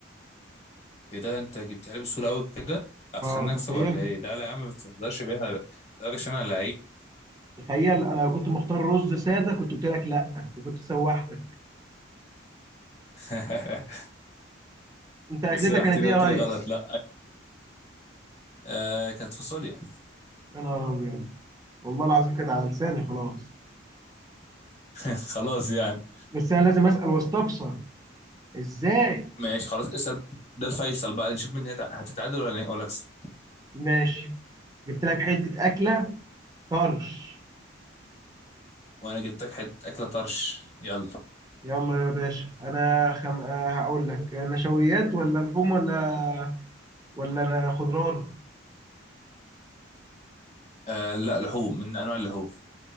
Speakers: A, on the left (about 35°); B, on the right (about 20°).
A: ايه ده انت جبتها لي بسهولة قوي كده هتخليني
B: اه
A: اكسب
B: تخيل
A: ولا ايه لا لا يا عم ما تهزرش بيها لا لا، عشان انا لعيب
B: تخيل انا لو كنت مختار رز سادة كنت قلت لك لا وكنت سوحتك
A: <laughs>
B: انت اكلتك
A: سمحتني
B: كانت ايه
A: قلت
B: يا
A: لي
B: ريس
A: غلط لا آه كانت فاصوليا
B: يا نهار ابيض والله العظيم كانت على لساني خلاص
A: <laughs> خلاص يعني
B: بس انا لازم اسال واستفسر ازاي
A: ماشي خلاص اسأل ده الفيصل بقى نشوف مين هيتع- هتتعادل ولا ولا اكسب
B: ماشي جبت لك حتة اكلة طرش
A: وانا جبت لك حتة اكلة طرش يلا
B: يلا يا باشا انا خم... آه، هقول لك نشويات ولا لحوم ولا ولا انا خضار
A: آه لا لحوم من انواع اللحوم